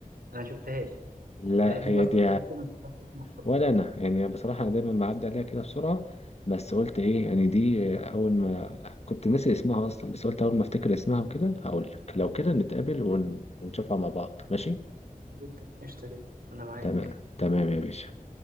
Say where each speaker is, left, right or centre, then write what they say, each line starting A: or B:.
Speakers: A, on the right; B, on the left.
A: انا ما شفتهاش
B: لا
A: يعني دي
B: هي
A: المسرحيه
B: دي
A: الوحيده اللي ما شفتهاش محمد صبحي
B: ولا انا يعني بصراحه انا دايما بعدي عليها كده بسرعه بس قلت ايه يعني دي اول ما كنت ناسي اسمها اصلا بس قلت اول ما افتكر اسمها وكده هقول لك لو كده نتقابل ون- ونشوفها مع بعض ماشي
A: جدا قشطه جدا انا معاك
B: تمام تمام يا باشا